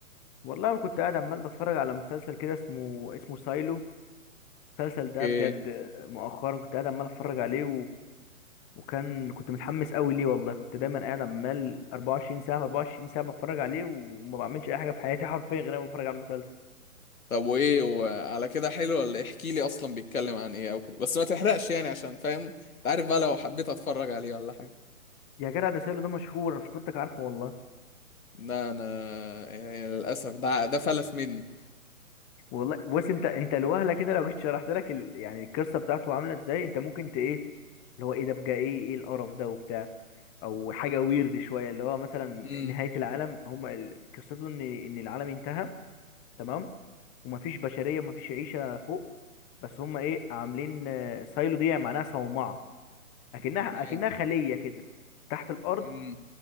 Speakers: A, on the left (about 15°); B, on the left (about 70°).
A: والله كنت قاعد عمال بتفرج على مسلسل كده اسمه اسمه سايلو المسلسل ده
B: ايه
A: بجد مؤخرا كنت قاعد عمال اتفرج عليه وكان كنت متحمس قوي ليه والله كنت دايما قاعد عمال 24 ساعه في 24 ساعه بتفرج عليه وما بعملش اي حاجه في حياتي <laughs> حرفيا غير انا بتفرج على المسلسل
B: طب وايه وعلى كده حلو ولا إيه؟ احكي لي اصلا بيتكلم عن ايه او كده بس ما تحرقش يعني عشان فاهم انت عارف بقى لو حبيت اتفرج عليه ولا حاجة
A: يا جدع ده سيرو ده مشهور انا فكرتك عارفه والله
B: لا انا يعني للاسف ده ده فلس مني
A: والله بص انت انت الوهله كده لو جيت شرحت لك ال... يعني القصه بتاعته عامله ازاي انت ممكن ت ايه اللي هو ايه ده بقى ايه ايه القرف ده وبتاع او حاجه ويرد شويه اللي هو مثلا
B: امم
A: نهايه العالم هم ال- قصته ان ان العالم انتهى تمام ومفيش بشريه ومفيش عيشه فوق بس هم ايه عاملين آه، سايلو دي معناها صومعه اكنها
B: اوكي
A: اكنها خليه كده تحت الارض
B: امم